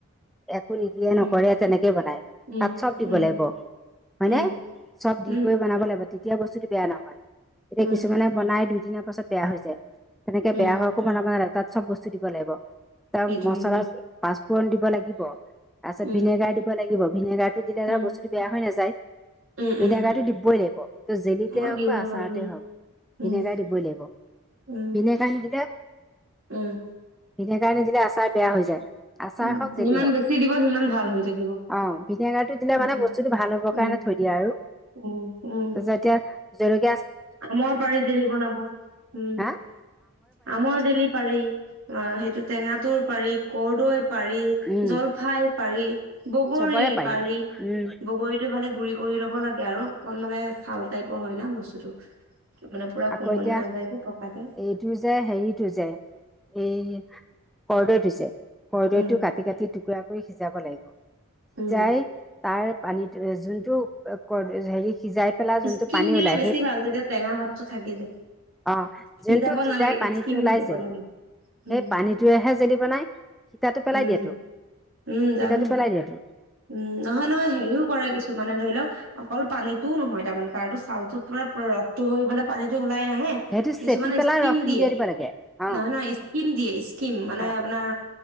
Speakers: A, in the centre; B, on the right (about 65°).
A: একো নিদিয়ে
B: উম
A: নকৰে তেনেকে বনাই
B: উম
A: তাত চব <unintelligible>
B: উম
A: লাগিব হয়
B: উম
A: নে চব দি
B: উম
A: কৰি বনাব লাগিব তেতিয়া বস্তুতটো বেয়া নহয় এতিয়া
B: উম
A: কিছুমানে বনাই দুদিনৰ পাছত বেয়া হৈ যায় তেনেকে
B: উম
A: বেয়া হোৱাকো বনাব না তাত চব বস্তু দিব লাগিব তাৰ
B: সেইটোৱে
A: মচলা পাঁচফোৰণ দিব লাগিব তাৰপিছত
B: উম
A: ভিনেগাৰ দিব লাগিব ভিনেগাৰ টো দিলে
B: উম
A: বস্তুটো বেয়া হৈ নাযায়
B: উম
A: ভিনেগাৰটো
B: উম
A: দিবই লাগিব ত জেলিতে
B: মই
A: হওক
B: দিওঁৱে
A: বা আচাৰতে
B: বাৰু উম
A: হওক।
B: উম
A: ভনেগাই দিবই লাগিব
B: উম
A: ভিনেগাৰ নিদিলে
B: উম
A: ভিনেগাৰ নিদিলে আচাৰ বেয়া হৈ যায়। আচাৰ
B: উম
A: হওক যদি
B: যিমান
A: হওক।
B: বেছি দিব সিমান ভাল হৈ থাকিব
A: অ' ভিনেগাৰ <unintelligible> দিলে
B: সেইটোৱে
A: মানে বস্তটো ভাল হ'ব
B: উম
A: কাৰণে থৈ দিয়ে আৰু
B: উম উম
A: যেতিয়া জল <unintelligible>
B: আমৰ পাৰি জেলি বনাব। উম'
A: হা
B: আমৰ জেলি পাৰি। অ' সেইটো টেঙাটোৰ পাৰি, কৰ্দৈ পাৰি,
A: উম
B: জলফাইৰ পাৰি, বগৰীৰ
A: চবৰে
B: পাৰি
A: উম
B: বগৰীটো খালি গুৰি কৰি ল'ব লাগে আৰু অকণ মানে ছাল টাইপৰ হয় ন বস্তুটো। মানে পুৰা কোমলি
A: আকৌ এতিয়া
B: নাযায় যে পকাতে
A: এইটো যে হেৰিটো যে সেই কৰৰ্দৈটোজে, কৰৰ্দৈটো
B: উম
A: কাটি কাটি টুকুৰা কৰি সিজাব লাগিব। সিজাই
B: উম
A: তাৰ পানীত যোনটো হেৰি সিজাই পেলাই যোনটো
B: স্কিম
A: পানী
B: দিলে
A: ওলাই
B: বেছি
A: সেই
B: ভাল তেতিয়া টেঙা ভাৱটো থাকি যায়
A: অ'যোনটো
B: সিজাব
A: সিজাই
B: নালাগে
A: পানীটো
B: স্কিম
A: ওলাই
B: দিব
A: যে
B: লাগে
A: সেই
B: উম
A: পানীটোৱেহে জেলি বনাই। সীতাটো পেলাই
B: উম
A: দিয়াতো
B: উম
A: সীতাটো
B: জানো
A: পেলাই দিয়েতো
B: উম' নহয়, নহয় হেৰিও কৰা কিছু মানে ধৰি লওক, অকল পানীতও নহয় তাৰমানে তাৰো ছালটোত তোমাৰ ৰসটো হৈ পেলাই পানীতটো ওলাই নাহে
A: সেইটো
B: কিছুমানে
A: চেপি পেলাই
B: স্কিম
A: ৰসটো
B: দিয়ে।
A: উলিয়াই দিব লাগে অ
B: নহয়, নহয় স্কিম দিয়ে, স্কিম মানে
A: অ
B: আপোনাৰ